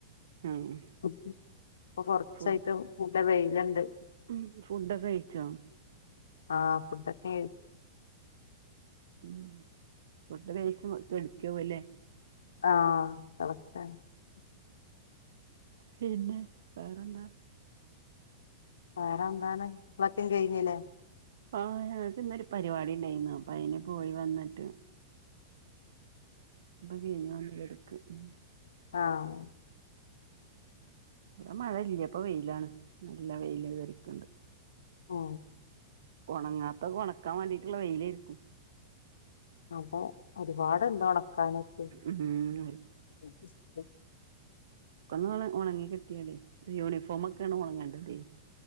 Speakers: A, on the right; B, on the left.
A: ആഹ്
B: ഇപ്പൊ കൊറച്ചായിട്ടും
A: ഫുഡ്
B: കൂടെ വെയില്ണ്ട്
A: ഉം ഫുഡൊക്കെ കഴിച്ചോ
B: ആഹ്ഫുഡൊക്കെഴച്ച്
A: ഉം ഫുഡ്ഡ് കഴിച്കെട്ക്കാവുലേ
B: ആഹ് എ ളക്ക <unintelligible>
A: പിന്നെ വേറെന്താ.
B: വേറെ എന്താണ് പത്തിം കഴിഞ്ഞില്ലേ?
A: ആഹ ഞങ്ങക്ക് ഇന്നൊരു പരിപാടി ഉണ്ടായിന്നു അപ്പൊ അതിന് പോയി വന്നിട്ട്. <unintelligible> വന്ത് എടുക്ക് മ്മ്
B: ആഹ
A: ഇവിടെ മഴ ഇല്ല ഇപ്പൊ വെയിലാണ് നല്ല വെയിൽ കേരിക്ക്ണ്ട്.
B: ഓ
A: ഉണങ്ങാത്ത് ഉണക്കാൻ വേണ്ടിയിട്ടുള്ള വെയിലായിരിക്കും.
B: അപ്പൊ ഒരുപാട്ഉണ്ട് ഉണക്കാൻനിക്ക്
A: ഉം
B: എനിക്ക് ഇസ്കൂ
A: ഒന്ന്ഉണ ഉണങ്ങി കിട്ടിയൽ യൂണിഫോമ്മ് ഒക്കെയാണ് ഉണങ്ങണ്ടേത്.